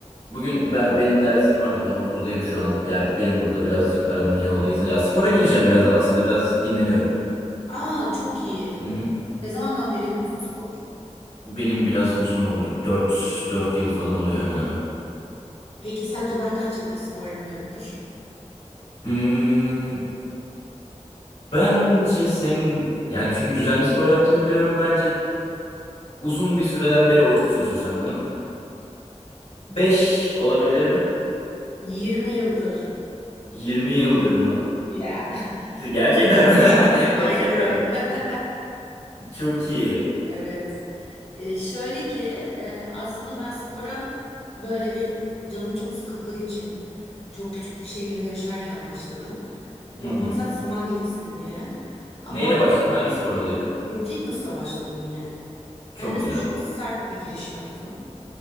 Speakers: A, on the left (about 80°); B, on the left (about 55°).
A: Bugün ben, benim dersim vardı ben okuldayım şu an. Ya benim burada birazcık aramın iyi olduğu insan. Ya spora gireceğim birazdan aslında biraz dinleniyorum.
B: Aa, çok iyi.
A: Hı hı.
B: Ne zamandan beri yapıyorsun spor?
A: Benim biraz uzun oldu. dört dört yıl falan oluyor hemen hemen.
B: Peki sence ben kaç yıldır spor yapıyorumdur?
A: Hmm, bence senin yani çünkü düzenli spor yaptığını biliyorum. Bence uzun bir süreden beri oturtuyorsun sen bunu. 5 olabilir mi?
B: yirmi yıldır.
A: 20 yıldır mı?
B: Ya.
A: <laughs> Gerçekten mi?
B: <laughs>
A: <laughs>
B: Aynen
A: Gerçekten
B: öyle.
A: mi?
B: <laughs>
A: Çok iyi.
B: Evet. E, şöyle ki e, aslında ben spora böyle bir canım çok sıkıldığı için çok küçük bir şehirde yaşarken başladım. Ba-
A: Hı hı.
B: Maksat zaman geçsin diye. Ama
A: Neyle başladın? Hangi spor dalıyla?
B: m, fitnessla başladım yine. Hem
A: Çok
B: de çok
A: güzel.
B: sert bir giriş yaptım.